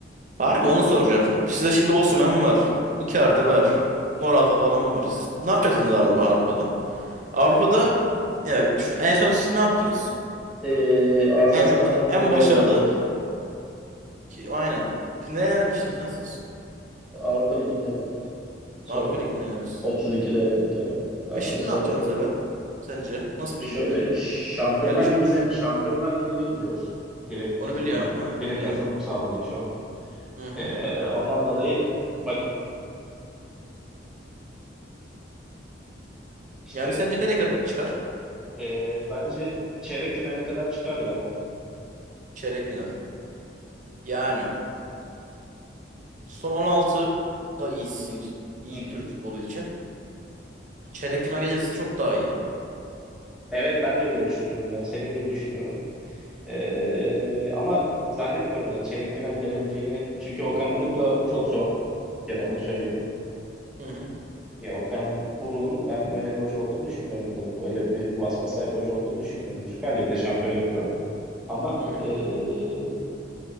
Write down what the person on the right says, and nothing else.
Harbi onu soracağım. Size şimdi Osimhen var. Icardi
var. Morata falan var. Siz ne yapacaksınız Avrupa Avrupa'da? Avrupa'da ya şu en son siz ne yaptınız?
En
çok en, en başarılı
ki aynen. Kimden elenmiştiniz lan siz?
Avrupa Ligi'nden elendiniz.
E şimdi
ne yapacaksınız aga? Sence nasıl
bir i-
ilerleyiş
olur?
Onu
biliyorum, e,
biliyorum.
Hı hı.
Yani sence nereye kadar çıkar?
Çeyrek final. Yani son 16 da iyi sizin için- iyi
Türk
futbolu için. Çeyrek final gelirse çok daha iyi.
Hı hı.
Hı hı.